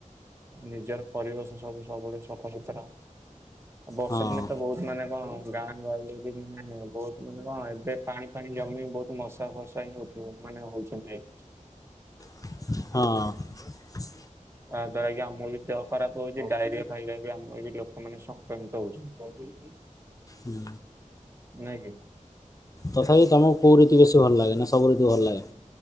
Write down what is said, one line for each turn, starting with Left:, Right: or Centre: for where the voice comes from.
Right: ନିଜର ପରିବେଶ ସବୁ ସବୁବୋଳେ ସଫା ସୁୁତରା। ଆଉ ବର୍ଷା
Left: ହଁ
Right: ଦିନେ ତ ବୋହୁତ ମାନେ କଣ ଗାଁ ଗହଳିରେ <unintelligible> ବୋହୁତ ମାନେ କଣ ଏବେ ପାଣି ଫାଣି ଜମି ବୋହୁତ ମଶା ଫଷା ହିଁ ହୋଉଥୁବ ମାନେ ହୋଉଛନ୍ତି। <inaudible>
Left: ହଁ।
Right: ତାଦ୍ୱାରା ଆଜ୍ଞା ଆମକୁ ଯୋଉ ଦେହ ଖରାପ ହୋଉଚି ଡାଇରିଆ ଖାଇବା ବି ଆମ <unintelligible> ଲୋକୋମାନେ ସଂକ୍ରମିତ ହୋଉଛନ୍ତି।
Left: ହୁଁ।
Right: ନାଇଁ ଖାଇ
Left: ତଥାବି ତମକୁ କୋଉ ଋତୁ ବେଶୀ ଭଲ ଲାଗେ ନା ସବୁ ଋତୁ ଭଲ ଲାଗେ।